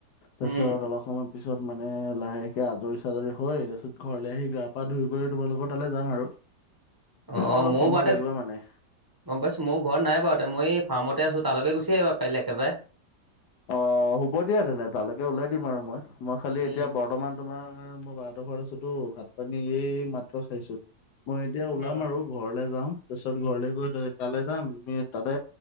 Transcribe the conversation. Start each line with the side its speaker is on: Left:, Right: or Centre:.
Left: তাৰপিছত
Right: উম
Left: অলপ সময় পিছত মানে লাহেকে আজৰি চাজৰি হৈ তাৰপিছত ঘৰলৈ আহি গা পা ধুই কৰি তোমালোকৰ তালৈ যাম আৰু।
Right: অ
Left: আৰু অলপ
Right: ময়ো
Left: সময়
Right: বাৰুতে
Left: লাগিব মানে।
Right: গ'ম পাইছো। মোৰ ঘৰত নাই বাৰু মই ফাৰমতে আছো, তালৈকে গুচি আহিবা পাৰিলে একে বাৰে।
Left: অ' হ'ব দিয়া তেনে তালৈকে উওলাই দিম আৰু মই মই খালি
Right: উম
Left: এতিয়া বৰ্তমান তোমাৰ মই বাহঁত ঘৰত আছোতো ভাত পানী এই মাত্ৰ খাইছোঁ। মই এতিয়া ওলাম
Right: অ
Left: আৰু ঘৰলে যাওঁ তাৰপিছত ঘৰলে গৈ তালৈ যাম। আমি তাতে